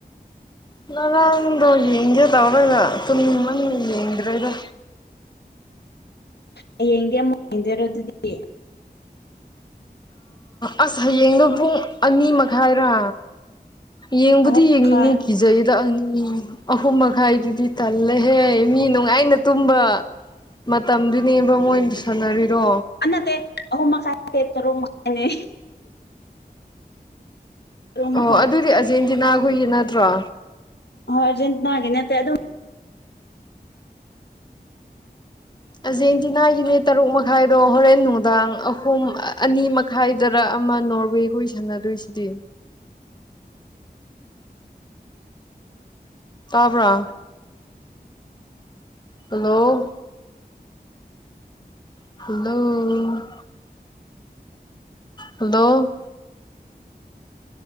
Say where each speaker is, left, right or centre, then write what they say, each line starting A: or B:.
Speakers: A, on the left; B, on the left.
A: ꯉꯔꯥꯡꯗꯣ ꯌꯦꯡꯒꯦ ꯇꯧꯔꯒ ꯇꯨꯝꯅꯤꯡꯃꯟꯕꯒꯤ ꯌꯦꯡꯗ꯭ꯔꯦꯗ
B: ꯍꯌꯦꯡꯗꯤ ꯌꯥꯝꯃꯨꯡꯗꯔꯣ ꯑꯗꯨꯗꯤ
A: ꯑꯁ ꯍꯌꯦꯡꯗꯣ ꯄꯨꯡ ꯑꯅꯤ ꯃꯈꯥꯏꯔꯥ ꯌꯦꯡꯕꯨꯗꯤ
B: ꯑꯍꯨꯝ
A: ꯌꯦꯡꯅꯤꯡꯉ
B: ꯃꯈꯥꯏ
A: ꯀꯖꯥꯏꯌꯦ꯫ ꯗ ꯑꯅꯤ ꯑꯍꯨꯝ ꯃꯈꯥꯏꯗꯨꯗꯤ ꯇꯜꯂꯦꯍꯦ ꯃꯤ ꯅꯨꯡꯉꯥꯏꯅ ꯇꯨꯝꯕ ꯃꯇꯝꯗꯨꯅꯦꯕ ꯃꯣꯏ ꯁꯥꯟꯅꯔꯤꯗꯣ
B: ꯑꯟꯅ ꯅꯠꯇꯦ ꯑꯍ ꯃꯈꯥꯏꯦ ꯇꯔꯣ ꯃꯈꯥꯏꯅꯦ꯫ ꯇꯔꯨꯛ ꯃꯈꯥꯏ
A: ꯑꯣ ꯑꯗꯨꯗꯤ ꯑꯔꯖꯦꯟꯇꯤꯅꯥꯈꯣꯏꯒꯤ ꯅꯠꯇ꯭ꯔꯣ?
B: ꯍꯔꯖꯦꯟꯠꯅꯅꯥꯒꯦꯅꯦꯠꯇꯦ ꯑꯗꯨꯝ
A: ꯑꯥꯔꯖꯦꯟꯇꯤꯅꯥꯒꯤꯅꯦ ꯇꯔꯨꯛ ꯃꯈꯥꯏꯗꯣ ꯍꯣꯔꯦꯟ ꯅꯨꯡꯗꯥꯡ ꯑꯍꯨꯝ ꯑꯅꯤ ꯃꯛ ꯇꯥꯏꯗꯔ ꯑꯃ ꯅꯣꯔꯋꯦꯒ ꯁꯥꯟꯅꯗꯣꯏꯁꯤꯗꯤ꯫ ꯇꯥꯕ꯭ꯔꯥ ꯍꯜꯂꯣ ꯍꯜꯂꯣ ꯍꯜꯂꯣ